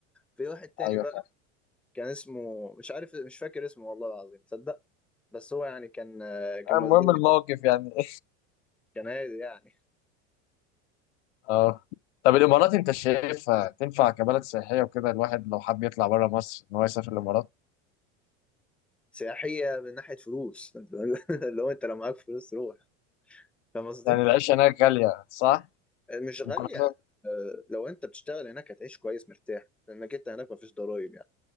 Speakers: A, in the centre; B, on the left.
A: في واحد تاني
B: ايوه
A: بقى
B: فاهم
A: كان اسمه مش عارف مش فاكر اسمه والله العظيم تصدق بس هو يعني كان كان
B: المهم
A: مزدوج
B: الموقف يعني <laughs>
A: كان هادي يعني
B: اه طب الامارات انت شايفها تنفع كبلد سياحيه وكده الواحد لو حب يطلع بره مصر ان هو يسافر الامارات
A: سياحيه من ناحيه فلوس <laughs> اللي هو انت لو معاك فلوس روح فاهم قصدي
B: يعني العيشه هناك غاليه صح؟
A: مش غاليه
B: مقارنه
A: آه، لو انت بتشتغل هناك هتعيش كويس مرتاح لانك انت هناك مفيش ضرايب يعني